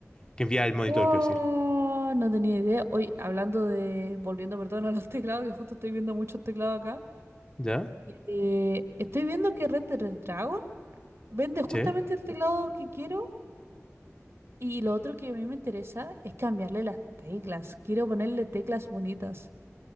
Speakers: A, on the left; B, on the right.
A: que envía el monitor,
B: Wow,
A: quiero decir.
B: no tenía idea. Hoy, hablando de, volviendo, perdón, a los teclados, que justo estoy viendo muchos teclados acá.
A: ¿Ya?
B: Eh, estoy viendo que Red Dead Dragon vende justamente
A: ¿Sí?
B: el teclado que quiero y lo otro que a mí me interesa es cambiarle las teclas. Quiero ponerle teclas bonitas.